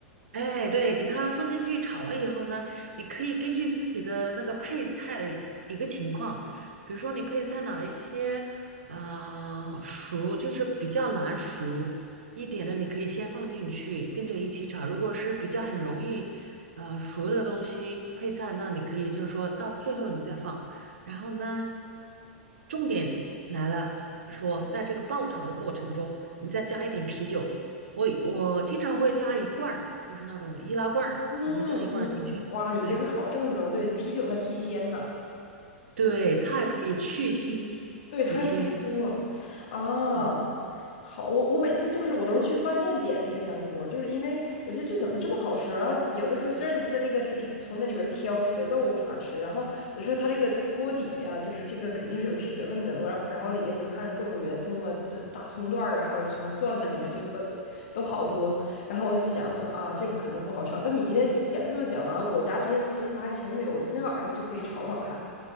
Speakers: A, on the right (about 70°); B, on the left (about 60°).
A: 哎，对，给它放进去炒了以后呢，你可以根据自己的那个配菜的一个情况，比如说你配菜哪一些，啊熟就是比较难熟一点的，你可以先放进去跟着一起炒。如果是比较很容易，啊熟的东西配菜，那你可以就是说到最后你再放。然后呢，重点来了，就是说在这个爆炒的过程中，你再加一点啤酒。我我经常会加一罐儿，就是那种易拉罐儿，
B: 嗯
A: 我会加一罐儿进去。
B: 嗯，哇，你这个好正宗，
A: 对
B: 对，啤酒它提鲜呐，
A: 对，
B: 你
A: 它还可以去腥提鲜。
B: 对，他它还巨腥啊！
A: 对，
B: 好，我我每次就是我都是去饭店点那个香锅，就是因为我觉得这怎么这么好吃。然后有的时候虽然你在那个只是从那里边儿挑那个肉啥吃，然后我说他这个锅底呀，就是这个肯定是有学问的。我然后然后里边你就看各种圆葱啊、这大葱段儿啊，还有什么蒜呐、什么，
A: 哎
B: 就都有都好多。然后我就想，我说啊，这个可能不好炒。但你今天讲这么讲完，我家这些食材还全都有，我今天晚上就可以炒炒看，